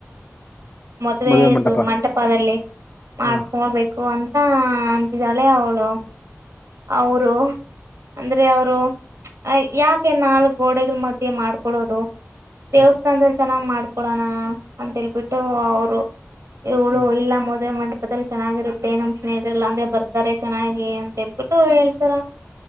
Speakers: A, on the right (about 70°); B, on the left (about 30°).
A: ಮದ್ವೆದು
B: ಮದುವೆ ಮಂಟಪ
A: ಮಂಟಪದಲ್ಲಿ ಮಾಡ್ಕೊಳ್ಬೇಕು
B: ಹ್ಮ
A: ಅಂತ ಹಾ ಅಂತಿದ್ದಾಳೆ ಅವಳು ಅವರು ಅಂದ್ರೆ ಅವರು ಯಾಕೆ ನಾಲ್ಕ್ ಗೋಡೆಗಳ ಮಧ್ಯೆ ಮಾಡ್ಕೊೊಳ್ಳೋದು ದೇವಸ್ಥಾನದಲ್ಲಿ
B: ಹ್ಮ್
A: ಚೆನ್ನಾಗ್ ಮಾಡ್ಕೊಡೋಣ ಅಂತೇಳ್ಬಿಟ್ಟು ಅವರು ಇವ್ಳು
B: ಹ್ಮ್
A: ಇಲ್ಲಾ ಮದೆ ಮಾಡ ಹಪದಲ್ಲಿ ಚೆನ್ನಾಗಿರುತ್ತೆ ನಮ್ ಸ್ನೇಹಿತರೆ ಎಲ್ಲಾ ಅಂದ್ರೆ ಬರ್ತಾರೆ ಚೆನ್ನಾಗಿ ಅಂತ ಹೇಳ್ಬಿಟ್ಟು ಹೇಳ್ತಾರ